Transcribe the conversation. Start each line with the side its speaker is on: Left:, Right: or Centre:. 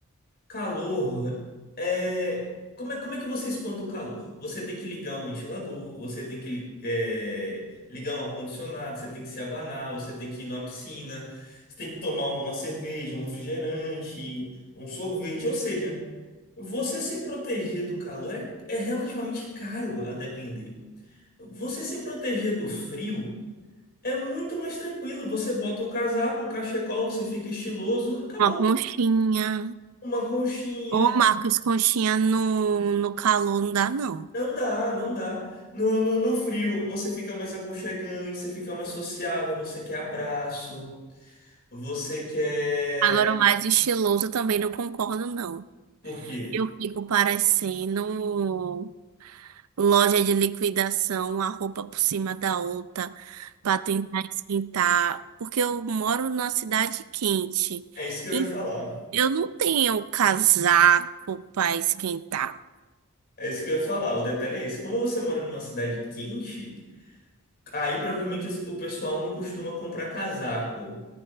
Left: calor é. Como é, como é que você espanta o calor? Você tem que ligar um ventilador, você tem que li- é, ligar um ar-condicionado, você tem que se abanar, você tem que ir na piscina, você tem que tomar uma cerveja, um refrigerante, um sorvete. Ou seja, você se proteger do calor é, é relativamente caro a depender. Você se proteger do frio é muito mais tranquilo. Você bota um casaco, um cachecol, você fica estiloso, acabou.
Right: Uma conchinha.
Left: Uma conchinha.
Right: Ô, Marcos, conchinha no, no calor não dá, não.
Left: Não dá, não dá. No, no, no frio, você fica mais aconchegante, você fica mais sociável, você quer abraço, você quer.
Right: Agora, o mais estiloso eu também não concordo, não.
Left: Por quê?
Right: Eu fico parecendo loja de liquidação, uma roupa por cima da outra, para tentar esquentar, porque eu moro numa cidade quente
Left: É isso que eu
Right: e
Left: ia falar.
Right: eu não tenho casaco para esquentar.
Left: É isso que eu ia falar. O detalhe é esse. Como você mora numa cidade quente, aí provavelmente o pessoal não costuma comprar casaco.